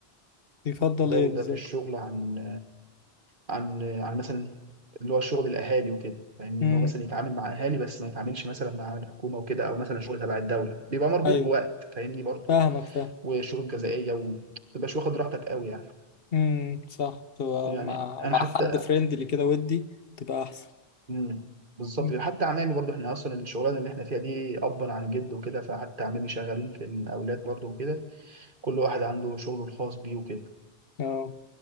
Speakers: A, on the left; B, on the right.
A: يفضل
B: إقداره
A: ايه بالظبط
B: ده في الشغل عن عن عن مثلا اللي هو شغل الأهالي وكده فاهمني
A: امم
B: إن هو مثلا يتعامل مع أهالي بس ما يتعاملش مثلا مع الحكومة وكده أو مثلا شغل تبع الدولة بيبقى مربوط
A: ايوه
B: بوقت فاهمني برضه
A: فاهمك فاهم
B: وشروط جزائية وما تبقاش واخد راحتك قوي يعني
A: امم صح تبقى
B: يعني
A: مع
B: أنا
A: مع
B: حتى
A: حد فريندلي كده ودي تبقى احسن
B: مم. بالظبط
A: مم.
B: كده. حتى عمامي برضه احنا اصلا الشغلانه اللي احنا فيها دي ابا عن جد وكده فحتى عمامي شغالين في المقاولات برضه وكده كل واحد عنده شغله الخاص بيه وكده
A: اه